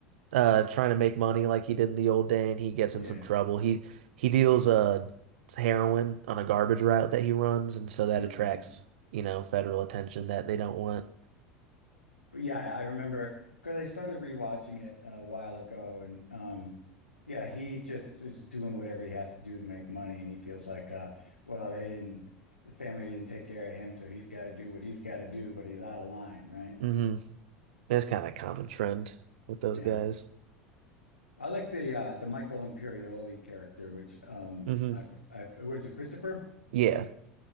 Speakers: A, on the right (about 65°); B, on the left (about 85°).
A: uh trying to make money like he did in the old day and he gets
B: Yeah.
A: in some trouble. He he deals uh heroin on a garbage route that he runs and so that
B: Right.
A: attracts, you know, federal attention that they don't want.
B: But yeah, I remember because I started rewatching it a while ago, and um, yeah, he just is doing whatever he has to do to make money, and he feels like, uh, well, they didn't, the family didn't take care of him, so he's got to do what he's got to do, but he's out of line, right?
A: hmm It's kind of a common trend with those
B: Yeah,
A: guys.
B: I like the uh, the Michael Imperioli character, which um,
A: hmm
B: I, f- I f- what is it, Christopher?
A: Yeah,